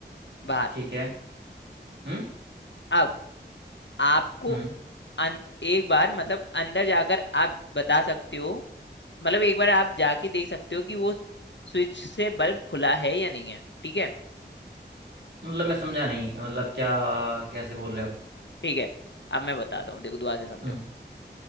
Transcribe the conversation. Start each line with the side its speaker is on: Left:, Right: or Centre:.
Left: बाहर
Right: ठीक है हम्म
Left: अब आपको
Right: हम्म
Left: अन, एक बार मतलब अंदर जाकर आप बता सकते हो मतलब एक बार आप जाके देख सकते हो कि वो स्विच से बल्ब खुला है या नहीं है ठीक है
Right: मतलब मैं समझा नहीं मतलब क्या कैसे बोल रहे हो
Left: ठीक है अब मैं बताता हूँ देखो दुआ से समझो
Right: हम्म